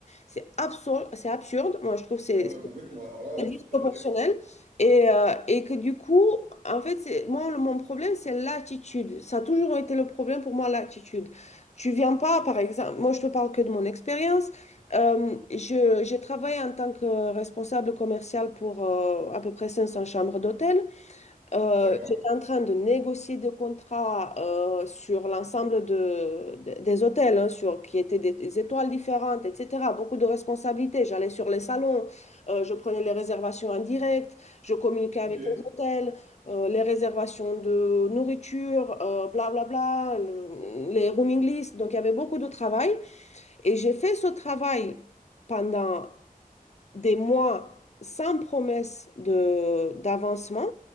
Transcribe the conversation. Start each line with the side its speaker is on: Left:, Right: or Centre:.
Left: C'est absurde, c'est absurde. Moi, je trouve que c'est
Right: Ah bah complètement, alors là,
Left: c'est très
Right: je
Left: disproportionnel.
Right: suis tout à fait d'accord.
Left: Et, euh, et que du coup, en fait, c'est, moi, le- mon problème, c'est l'attitude. Ça a toujours été le problème pour moi, l'attitude. Tu viens pas, par exemple, moi, je te parle que de mon expérience. Euh, je, j'ai travaillé en tant que responsable commercial pour euh, à peu près 500 chambres d'hôtel. Euh,
Right: D'accord.
Left: j'étais en train de négocier des contrats euh, sur l'ensemble de, de- des hôtels, hein, sur, qui étaient des, des étoiles différentes, etc. Beaucoup de responsabilités. J'allais sur les salons, euh, je prenais les réservations en direct, je communiquais
Right: Ok.
Left: avec les hôtels, euh, les réservations de nourriture, euh, bla bla bla, le- les rooming lists. Donc, il y avait beaucoup de travail. Et j'ai fait ce travail pendant des mois sans promesse de, d'avancement,